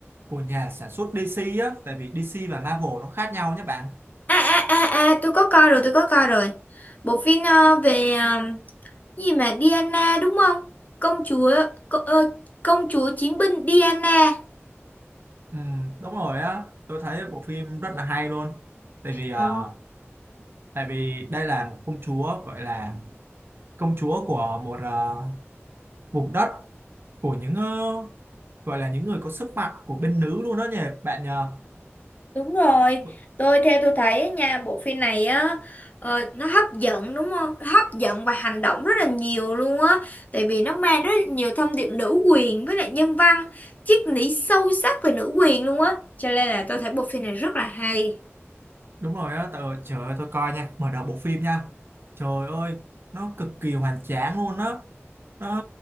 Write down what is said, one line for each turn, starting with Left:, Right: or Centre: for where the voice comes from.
Right: của nhà sản xuất DC á, tại vì DC và Marvel nó khác nhau nhé bạn.
Left: À, à, à, à, tôi có coi rồi, tôi có coi rồi. Bộ phim ờ, về ờ, cái gì mà Diana đúng không? Công chúa, co, ờ, công chúa chiến binh Diana.
Right: Ừ, đúng rồi á, tôi thấy bộ phim rất là hay luôn. Tại vì ờ,
Left: Ờ,
Right: tại vì đây là một công chúa gọi là công chúa của một ờ, vùng đất của những ờ, gọi là những người có sức mạnh của bên nữ luôn đó nhỉ bạn nhờ
Left: đúng rồi.
Right: Đ-
Left: Tôi theo tôi thấy á nha, bộ phim này á ờ, nó hấp dẫn đúng không? Hấp dẫn và hành động rất là nhiều luôn á. Tại vì nó mang rất là nhiều thông điệp nữ quyền với lại nhân văn, triết lý sâu sắc về nữ quyền luôn á. Cho nên là tôi thấy bộ phim này rất là hay.
Right: đúng rồi đó tờ, trời ơi tôi coi nha mở đầu bộ phim nha trời ơi nó cực kỳ hoành tráng luôn đó nó